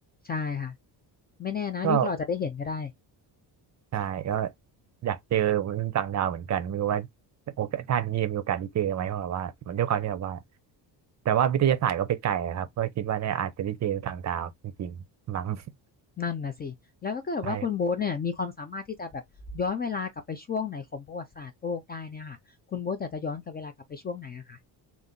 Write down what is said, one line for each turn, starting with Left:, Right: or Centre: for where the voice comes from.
Left: ใช่ค่ะไม่แน่นะยุคเราจะได้เห็นก็ได้
Right: ก็ ใช่ก็อยากเจอมนุษย์ต่างดาวเหมือนกันไม่รู้ว่าโอกาสชาตินี้มีโอกาสได้เจอไหมเพราะแบบว่ามันด้วยความที่แบบว่าแต่ว่าวิทยาศาสตร์ก็ไปไกลอะครับก็คิดว่าเนี่ยอาจจะได้เจอต่างดาวจริงๆมั้ง <laughs>
Left: นั่นน่ะสิแล้วก็เกิดว่าคุณโบ๊ทเนี่ยมีความสามารถที่จะแบบย้อนเวลากลับไปช่วงไหนของประวัติศาสตร์โลกได้เนี่ยค่ะคุณโบ๊ทอยากจะย้อนกลับเวลากลับไปช่วงไหนอะคะ
Right: ใช่